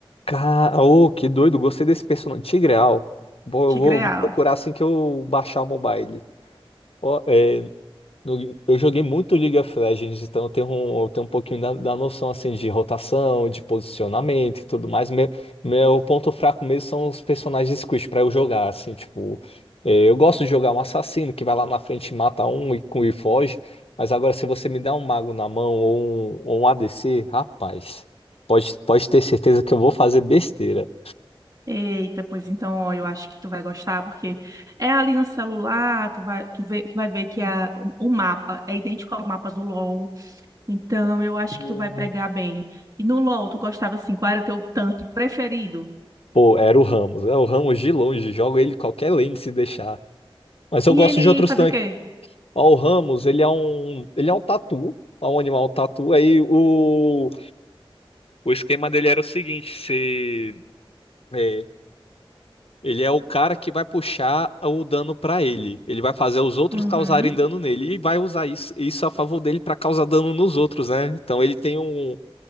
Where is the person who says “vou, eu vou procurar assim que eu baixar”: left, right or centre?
Left